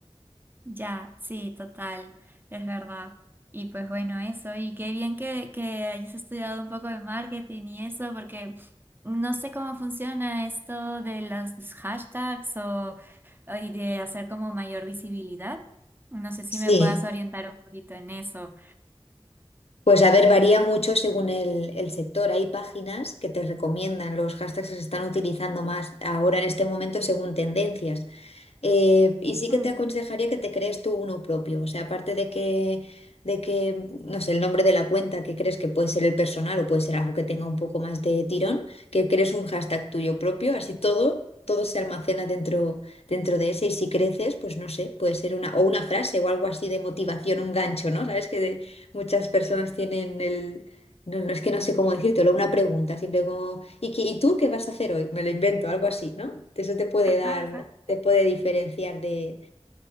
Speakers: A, on the right (about 20°); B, on the left (about 75°).
A: Ya, sí, total, es verdad. Y pues bueno, eso, y qué bien que, que hayas estudiado un poco de marketing y eso, porque no sé cómo funciona esto de los hashtags o, o y de hacer como mayor visibilidad. No sé si
B: Sí,
A: me puedas orientar un poquito en eso.
B: pues a ver, varía mucho según el, el sector. Hay páginas que te recomiendan los hashtags que se están utilizando más ahora en este momento según tendencias. Eh, y sí que
A: Mm.
B: te aconsejaría que te crees tú uno propio. O sea, aparte de que, de que, no sé, el nombre de la cuenta que crees que puede ser el personal o puede ser algo que tenga un poco más de tirón, que crees un hashtag tuyo propio, así todo, todo se almacena dentro, dentro de ese. Y si creces, pues no sé, puede ser una, o una frase o algo así de motivación, un gancho, ¿no? Sabes que de- muchas personas tienen el, no, no es que no sé cómo decírtelo, una pregunta, siempre como, ¿y, qué- y tú qué vas a hacer hoy? Me lo invento, algo así, ¿no? Eso te puede
A: Ajá,
B: dar,
A: ajá.
B: te puede diferenciar de,